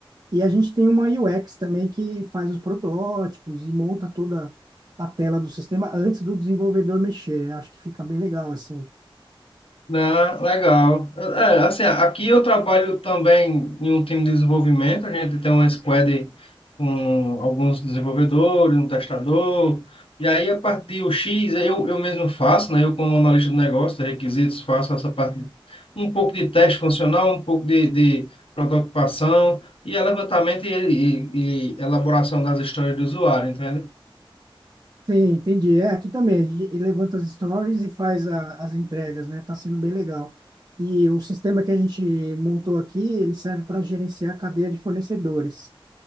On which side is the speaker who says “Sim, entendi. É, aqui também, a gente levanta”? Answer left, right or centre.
Right